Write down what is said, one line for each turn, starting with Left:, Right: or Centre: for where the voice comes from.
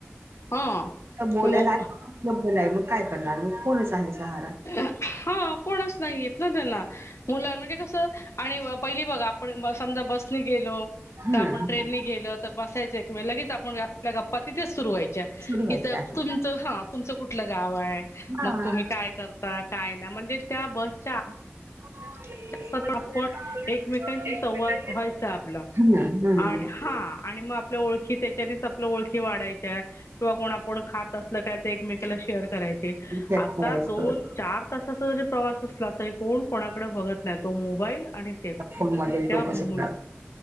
Left: हा
Right: बोलायला
Left: ते मो
Right: <unintelligible> नाही, मग काय करणार मग फोनच आहे सहारा.
Left: हा कोणच नाही येत ना त्याना. मुल म्हणजे कस आणि पहिली बघा, आपण समजा बस ने गेलो.
Right: हं
Left: आपण
Right: हं
Left: ट्रेननी गेलत त बसायच, लगेच आप आपल्या गप्पा तिथेच सुरू व्हायच्या,
Right: सुरू व्हायचं
Left: कि तुम
Right: आहे.
Left: च ह कुठल गाव हाय?
Right: हां.
Left: तुम्ही काय करता? काय ना म्हणजे त्या बसच्या
Right: आपण एक
Left: आत पण आपण
Right: विषयाची
Left: एकमेकांशी
Right: सुरवात
Left: संवाद व्हायचा
Right: हा
Left: आपला
Right: हा.
Left: आणि हा आणि मग आपल्या ओळखी त्याच्यानेच, आपल्या ओळखी वाढायच्या. किंवा कोण आपण खात असल, काय ते एकमेकला शेअर करायचे.
Right: करायचं
Left: आता दोन, चार तासाचा जरी प्रवास असला, तरी कोण कोणाकडे बघत नाहीत. तो मोबाईल आणि ते.
Right: फोनमध्येच
Left: त्या
Right: डोकं
Left: मुल
Right: सगळं